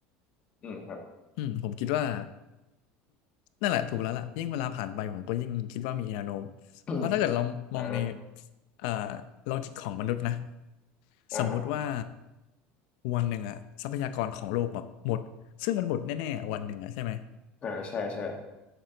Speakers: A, on the left (about 25°); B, on the left (about 70°).
A: อืมครับ
B: อืมผมคิดว่า นั่นแหละถูกแล้วล่ะยิ่งเวลาผ่านไปผมก็ยิ่งคิดว่ามีแนวโน้ม
A: <clears throat>
B: เพราะถ้าเกิดเรามองใน
A: อ่า
B: เอ่อลอจิกของมนุษย์นะ
A: อ่า
B: สมมุติว่าวันหนึ่งอะทรัพยากรของโลกแบบหมดซึ่งมันหมดแน่ๆวันหนึ่งอะใช่ไหม
A: อ่าใช่ใช่